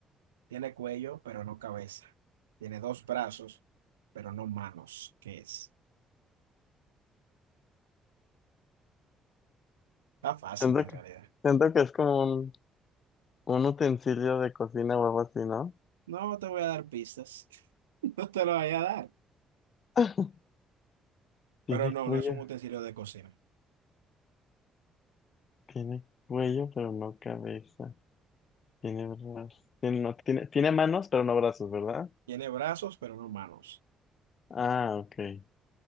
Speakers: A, on the right; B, on the left.
A: Tiene cuello, pero no cabeza. Tiene dos brazos, pero no manos. ¿Qué es? Está fácil
B: Siento
A: en
B: que,
A: realidad.
B: siento que es como un, un utensilio de cocina o algo así, ¿no?
A: No te voy a dar pistas. <laughs> No te lo voy a dar.
B: <laughs> Tiene
A: Pero no,
B: cuello,
A: no es un utensilio de cocina.
B: tiene cuello, pero no cabeza. Tiene brazos. Tiene, no, tiene, tiene manos, pero no brazos, ¿verdad?
A: Tiene brazos, pero no manos.
B: Ah, ok.